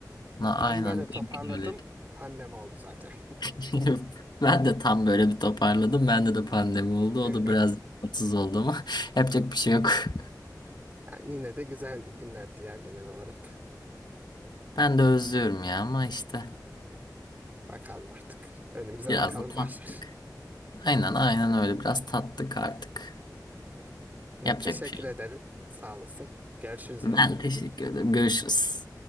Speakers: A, on the left (about 80°); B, on the right (about 25°).
A: Na,
B: Tam
A: aynen
B: böyle toparladım.
A: benimki de öyleydi.
B: Pandemi oldu zaten.
A: <laughs> Ben de tam böyle bir toparladım. Bende de pandemi oldu.
B: <laughs>
A: O da biraz tatsız oldu ama <laughs> yapacak bir şey yok. <laughs>
B: Yani yine de güzel günlerdi ya genel olarak.
A: Ben de özlüyorum ya ama işte
B: Bakalım artık. Önümüze
A: biraz
B: bakalım
A: da tattık.
B: başlar.
A: Aynen aynen öyle biraz tattık artık.
B: E,
A: Yapacak
B: teşekkür
A: bir şey
B: ederim.
A: yok.
B: Sağ olasın. Görüşürüz
A: Ben
B: yine.
A: teşekkür ederim. Görüşürüz.